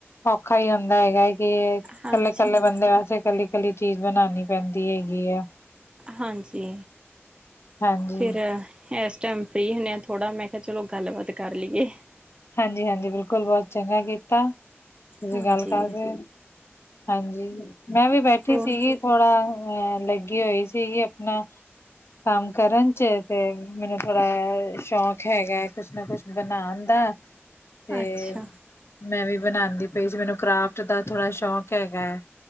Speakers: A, on the left (about 65°); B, on the right (about 20°).
A: ਔਖਾ ਹੀ ਹੁੰਦਾ ਹੈਗਾ। ਇਕੱਲੇ
B: ਹਾਂਜੀ
A: ਇਕੱਲੇ ਬੰਦੇ ਵੈਸੇ ਇਕੱਲੀ ਇਕੱਲੀ ਚੀਜ਼ ਬਣਾਉਣੀ ਪੈਂਦੀ ਹੈਗੀ ਆ।
B: ਹਾਂਜੀ
A: ਹਾਂਜੀ
B: ਫਿਰ ਇਸ ਟਾਈਮ ਫ੍ਰਰੀ ਹਣੇ ਆ ਥੋੜਾ ਮੈਂ ਅ ਚਲੋ ਗੱਲਬਾਤ ਕਰ ਲਈਏ।
A: ਹਾਂਜੀ ਹਾਂਜੀ ਬਿਲਕੁਲ ਬਹੁਤ ਚੰਗਾ ਕੀਤਾ ਤੁਸੀਂ
B: ਹਾਂਜੀ
A: ਗੱਲ ਕਰ ਰ ਹਾਂਜੀ ਮੈਂ ਵੀ ਬੈਠੀ
B: ਹੋਰ
A: ਸੀਗੀ ਥੋੜਾ ਅਹ ਲੱਗੀ ਹੋਈ ਸੀਗੀ ਆਪਣਾ। ਕੰਮ ਕਰਨ ਚ ਤੇ ਮੈਨੂੰ ਥੋੜਾ ਸ਼ੌਂਕ ਹੈਗਾ ਕੁਛ ਨਾ ਕੁਛ ਬਣਾਉਣ ਦਾ। ਤੇ
B: ਅੱਛਾ
A: ਮੈਂ ਵੀ ਬਣਾਉਂਦੀ ਪਈ ਸੀ ਮੈਨੂੰ ਕਰਾਫਟ ਦਾ ਥੋੜ੍ਹਾ ਸ਼ੌਕ ਹੈਗਾ ਹੈ।